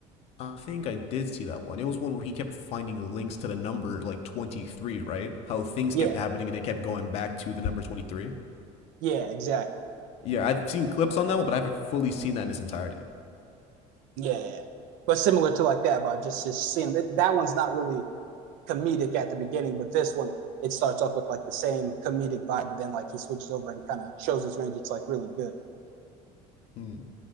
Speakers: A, on the left; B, on the right.
A: I think I did see that one. It was one where he kept finding links to the number like twenty three, right? How things
B: Yeah,
A: kept happening and they kept going back to the number twenty three.
B: yeah, exactly.
A: Yeah, I've seen clips on that one, but I haven't fully seen that in its entirety.
B: Yeah, but similar to like that, but just just seeing It, that one's not really comedic at the beginning, but this one it starts off with like the same comedic vibe, but then like he switches over and kind of shows his range. It's like really good.
A: Hmm.